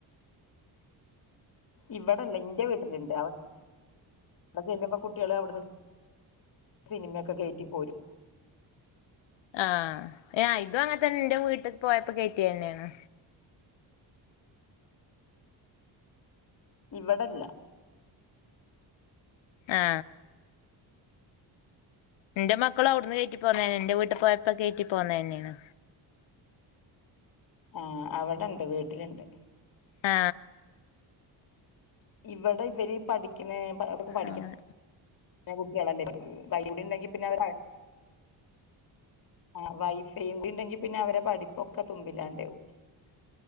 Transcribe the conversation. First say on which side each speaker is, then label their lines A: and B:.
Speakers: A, on the left (about 50°); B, on the left (about 90°).
A: ഇവിടെല്ല ന്റെ വീട്ടില്ണ്ട് അവിടെ ചെല്ലുമ്പ കുട്ടികള് അവിട്ന്ന് സിനിമയൊക്കെ കേറ്റിപ്പോരും
B: ആ ഇത് അങ്ങെ തന്നെ ന്റെ വീട്ട്ക്ക് പോയപ്പോ കേറ്റിയന്നെയാണ്
A: ഇവിടെല്ല
B: ആ ന്റെ മക്കളും അവിടുന്ന് കേറ്റി പോന്നതാണ് ന്റെ വീട്ട് പോയപ്പോ കേറ്റി പോന്നന്നെയാണ്
A: ആ അവിടെണ്ട് വീട്ടില്ണ്ട്
B: ആ
A: ഇവടെ ഇവര് പഠിക്ക്ണേ പ പ പഠി
B: അങ്ങനെ
A: <inaudible> ക്ക്ണെ കുട്ടിയെളല്ലേ വയിലൂടെണ്ടെങ്കി പിന്നെ അവരവർ ആ വൈഫൈയൂടി ണ്ടെങ്കി പിന്നെ അവരെ പഠിപ്പൊക്കെ തുമ്പില്ലാണ്ടാ പോവും